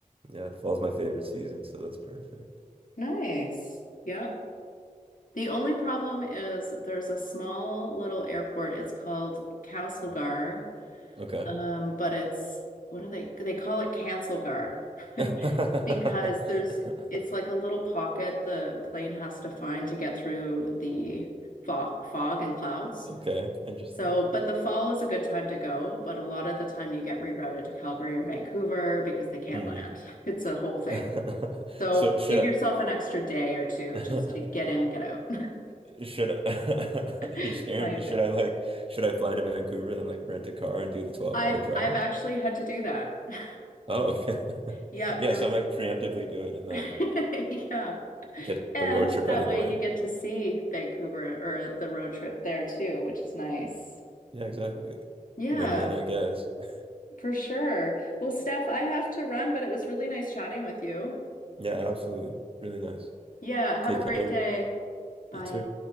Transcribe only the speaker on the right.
Yeah, fall's my favorite season, so that's perfect.
Okay.
<laughs>
Okay, interesting.
Mm.
<laughs>
So should
I
<laughs> should I
<laughs> you're scaring
me. Should I like should I fly into Vancouver then like rent a car and do the 12
hour drive?
Oh, okay. <laughs>
Yeah,
so
I might preemptively do it
and then
get
the road trip
out of
the way.
Yeah, exactly.
Win-win, I guess. <laughs>
Yeah, absolutely. Really nice.
Take
care.
You too.